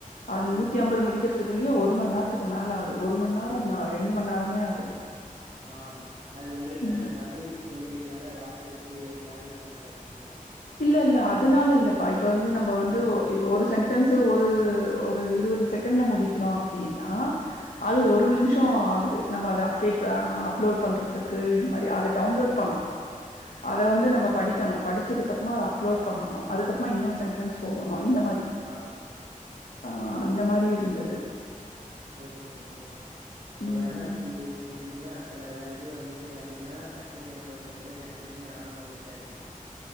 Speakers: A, on the left; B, on the right.
A: அது நூத்தி
B: ம்.
A: அம்பது முடிக்கிற த்துக்குள்ளியே ஒரு மண் நேரத்துக்கு மேல ஆகுது ஒரு மண் நேரோ என்னா ரெண்டு மண் நேரமே ஆகுது
B: ஆ அது உங்களுக்கு
A: ம்
B: அந்த தமிழ் கொஞ்ச இதுனால வாஸ்ச்சி வாஸ்ச்சி வரது உங்களுக்கு கஷ்டமா இரு
A: இல்ல இல்ல அதனால இல்லப்பா இப்ப வந்து நம்ம வந்து
B: ஆ,
A: ஒ ஒரு சென்டன்ஸு ஒரு ஒரு இருவது செக்கண்ட்ல முடிக்கிறோ அப்படினா அது
B: ம்.
A: ஒரு நிமிஷோ ஆகுது நம்ம அத அப்டேட் அ அப்லோட் பண்றதுக்கு இந்த மாரி அத டவுன்லோட்
B: ஆ,
A: பண்ணணு
B: ஆ,
A: அத வந்து நம்ம படிக்கணு படி ச்சதுக்கு அப்மா அத அப்லோட் பண்ணணு அதுக்கப்புமா இன்னொரு சென்டென்ஸ் போகணு இந்த மாரி
B: ஆ
A: ஆ அந்த மாரி இருந்துது
B: ஓகே <unintelligible> ஒரு
A: ம்
B: வேல அப்ப இந்த இது முடிஞ்சுட்டுனா அடுத்தால வேற எதுவு வந்துட்டு அப்டினா டக்குனு என க்கு ஒரு மெசேஜ் அனுப்பிருங்க நானு அதுல சேந்துகிருதே